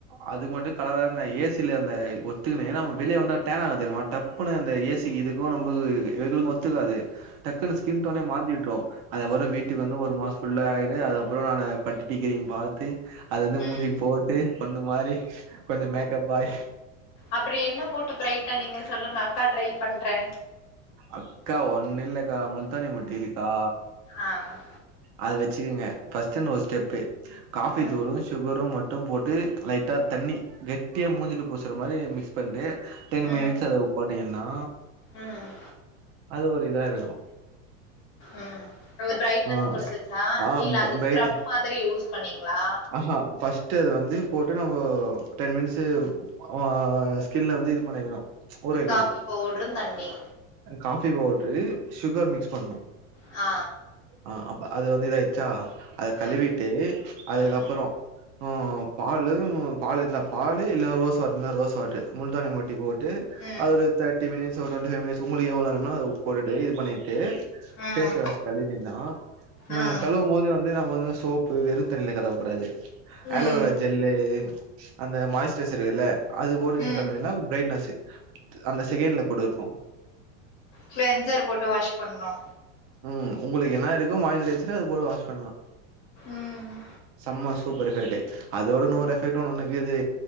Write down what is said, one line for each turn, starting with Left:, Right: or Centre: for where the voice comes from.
Right: அதுக்கு மட்டு கலராருந்த ஏசில இருந்த ஒத்துக்கினு நாம வெளிய வந்தா டேன் ஆகு தெரிமா டப்புனு அந்த ஏசி இதுக்கு நம்மளுக்கு எங்களுக்கு ஒத்துக்காது டக்குனு ஸ்கின் டோனே மாத்திவிட்ரு அது அப்புற வீட்டுக்கு வந்து ஒரு மாச ஃபுல்லா ஆயிடு அதுக்கப்புற நானு பட்டி டிங்கரிங் பாத்து அதிது
Left: ம்
Right: மூஞ்சிக்கு போட்டு பொண்ணு மாரி கொஞ்ச மேக்கப் ஆயி
Left: அப்படி என்ன போட்டு ப்ரைட்டானிங்க சொல்லுங்க அக்கா ட்ரை பண்றே
Right: அக்கா ஒண்ணு இல்லக்கா முல்தானி மொட்டி இருக்கா
Left: அ அ
Right: அத வெச்சுக்குங்க ஃபஸ்ட்டு இந்த ஒரு ஸ்டெப்பு காஃபி
Left: ம்
Right: தூளு சுகரு மட் டு போட்டு லைட்டா தண்ணி கெட்டியா மூஞ்சில பூசுற மாரி மிக்ஸ் பண்ட்டு டென்
Left: ம்
Right: மினிட்ஸ் அத போட்டீங்கன்னா
Left: ம்
Right: அது ஒரு இதா இருக்கு
Left: ம் ஒர் ப்ரைட்னஸ்
Right: ஆ
Left: குடுத்துச்சா
Right: ஆ
Left: இல்ல அது
Right: பிரைட்
Left: ஸ்கரப் மாதிரி யூஸ் பண்ணீங்களா
Right: ஆஹா ஃபஸ்ட்டு அது வந்து போட்டு நம்ம ஒ டென் மினிட்ஸு ஆஆ ஸ்கின்ல வந்து இது பண்ணிக்கணு ஊற வெக்கணு
Left: காஃபி பவுட்ரு தண்ணி
Right: காஃபி பவுட்ரு சுகர் மிக்ஸ் பண்ணு
Left: ஆ
Right: ஆ அப் அது வந்து இதாய்ச்சா அத கழுவிட்டு
Left: ம்
Right: அதுக்கப்புறோ
Left: ம்
Right: ம் பாலு பால் இருந்தா பாலு இல்ல ரோஸ் வாட் இந்தா ரோஸ் வாட்ரு முல்தானி மொட்டி போட்டு
Left: ம்
Right: அது ஒரு தேட்டி மினிட் ஸு ஒரு ட்வென்டி ஃபை மினிட்ஸ் உங்களுக்கு எவ்ள் நேரமோ அத போட்டுட்டு இது பண்ணிட்டு
Left: ம்
Right: பேஸ் வாஷ் கழுவின்னோ ஆ
Left: ம்
Right: கழுவுமோது வந்து நம்ம வந்து சோப்பு வெறு தண்ணில கழுவ கூடாது ஆலோவேரா
Left: ம்
Right: ஜெல்லு அந்த மாய்ஸ்ட்ரைசர் இல்ல அது போட்டு நீங்க
Left: ம்
Right: கழுவீன்னா த ப்ரரைட்னஸ்ஸு அந்த செகண்ல குட்டுக்க
Left: க்லென்சரு போட்டு வாஷ் பண்ணு
Right: ம் உங்களுக்கு என்னா இருக்கு மாய்ஸ்ச்சுரைசரு அது போட்டு வாஷ் பண்லா
Left: ம்
Right: சம்ம சூப்பர் எஃபேட்டு அதோட இன்னோரு
Left: ம்
Right: எபெக்ட்டொன் ஒன்னுகீது